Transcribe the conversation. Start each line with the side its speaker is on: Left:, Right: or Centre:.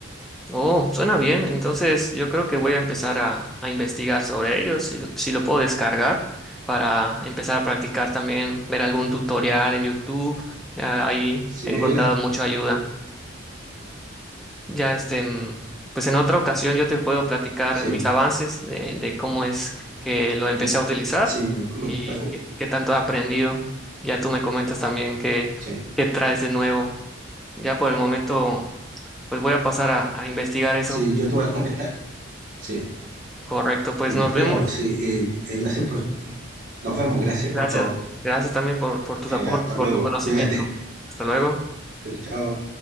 Centre: oh, suena bien. Entonces, yo creo que voy a empezar a, a investigar sobre ellos, si, lo- si lo puedo descargar para empezar a practicar también, ver algún tutorial
Right: Sí,
Centre: en YouTube. Ah, ahí
Right: sí,
Centre: he encontrado
Right: es gra-
Centre: mucha ayuda. Ya este, mm, pues en otra ocasión yo te puedo platicar
Right: sí,
Centre: mis
Right: mm,
Centre: avances de, de cómo es que lo empecé
Right: sí,
Centre: a utilizar
Right: sí, me
Centre: y
Right: parece-
Centre: qué, qué tanto he aprendido. Ya tú me comentas también qué,
Right: sí,
Centre: qué traes de nuevo. Ya por el momento, pues voy a pasar a, a investigar eso.
Right: sí, yo te voy a comentar. Sí,
Centre: Correcto, pues
Right: investigalo.
Centre: nos vemos.
Right: Sí, eh, eh, gracias por. Nos vemos, gracias
Centre: Gracias.
Right: por todo.
Centre: Gracias también por, por tus
Right: Eh,
Centre: aportes,
Right: hasta luego,
Centre: por tu conocimiento.
Right: cuídate.
Centre: Hasta luego.
Right: Sí, chao.